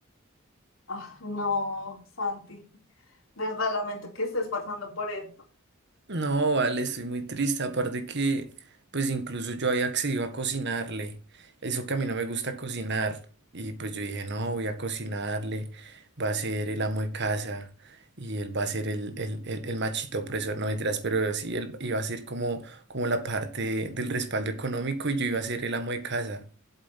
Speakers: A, on the left (about 75°); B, on the right (about 55°).
A: Ah, no, Santi, de verdad lamento que estés pasando por esto.
B: No, vale, estoy muy triste. Aparte que, pues incluso yo había accedido a cocinarle. Eso que a mí no me gusta cocinar. Y pues yo dije, no, voy a cocinarle. Va a ser el amo de casa. Y él va a ser el, el, el, el machito opresor. No mentiras, pero sí, él iba a ser como, como la parte del respaldo económico y yo iba a ser el amo de casa.